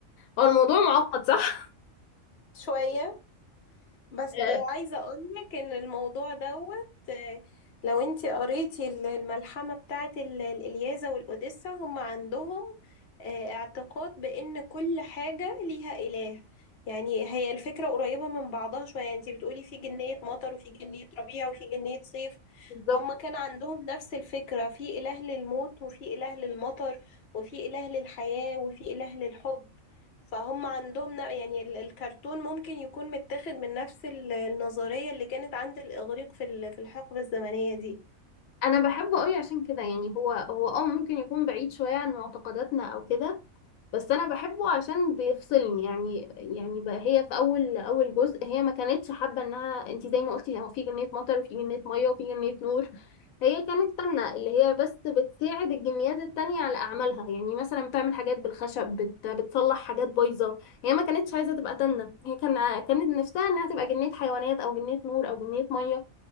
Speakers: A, on the left; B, on the left.
A: هو الموضوع معقد صح؟
B: شوية بس
A: <laughs> آه،
B: عايزة أقولك إن الموضوع دوت آه، لو انتي قريتي ال- الملحمة بتاعت ال- الإلياذة والأوديسة هم عندهم آه، اعتقاد بإن كل حاجة ليها إله يعني هي الفكرة قريبة من بعضها شوية يعني انتي بتقولي في جنية مطر وفي جنية ربيع وفي جنية صيف
A: بالظبط
B: هم كان عندهم نفس الفكرة في إله للموت وفي إله للمطر وفي إله للحياة وفي إله للحب فهم عندهم ن- يعني ال- الكرتون ممكن يكون متاخد من نفس ال- النظرية اللي كانت عند الإغريق في ال- في الحقبة الزمنية دي
A: انا بحبه قوي عشان كده يعني هو هو اه ممكن يكون بعيد شوية عن معتقداتنا او كده بس انا بحبه عشان بيفصلني يعني يعني بقى هي في اول اول جزء هي ما كانتش حابه انها انت زي ما قلتي هو في جنيه مطر وفي جنيه ميه وفي جنيه نور هي كانت تنة اللي هي بس بتساعد الجنيات التانية على أعمالها يعني مثلا بتعمل حاجات بالخشب بت... بتصلح حاجات بايظة هي ما كانتش عايزة تبقى تنة هي كان ع- كانت نفسها إنها تبقى جنية حيوانات أو جنية نور أو جنية مية